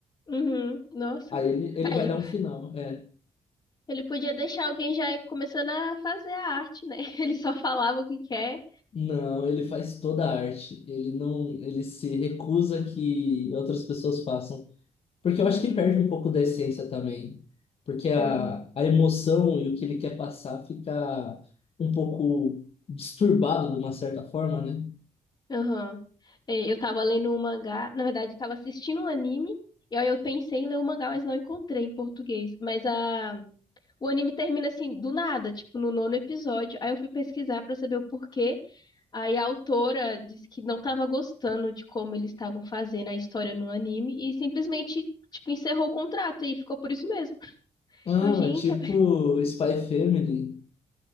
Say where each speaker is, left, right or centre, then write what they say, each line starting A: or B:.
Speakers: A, on the left; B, on the left.
A: Uhum. Nossa.
B: Aí ele, ele
A: Ah,
B: vai
A: ele,
B: dar um final, é.
A: ele podia deixar alguém já ir começando a fazer a arte, né? <laughs> Ele só falava o que quer.
B: Não, ele faz toda a arte. Ele não, ele se recusa que outras pessoas façam. Porque
A: Uhum.
B: eu acho que perde um pouco da essência também. Porque a,
A: Uhum.
B: a emoção e o que ele quer passar fica um pouco disturbado de uma certa forma, né?
A: Aham. É, Eu tava lendo um mangá, na verdade, tava assistindo um anime, e aí eu pensei em ler o mangá, mas não encontrei em português. Mas a... o anime termina assim, do nada, tipo, no nono episódio. Aí eu fui pesquisar pra saber o porquê. Aí a autora disse que não estava gostando de como eles estavam fazendo a história no anime e simplesmente, tipo, encerrou o contrato e ficou por isso mesmo.
B: Ah,
A: Eu, gente,
B: tipo
A: a-
B: Spy Family.